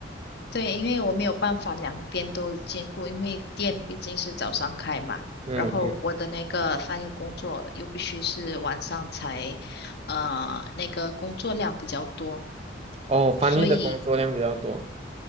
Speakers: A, on the left; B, on the right.
A: 对，因为我没有办法两边都兼顾，因为店毕竟是早上开嘛，
B: 嗯嗯，
A: 然后我的那个翻译工作又必须是晚上才，呃，那个工作量比较多。
B: 哦，翻译的工作量比较多。
A: 所以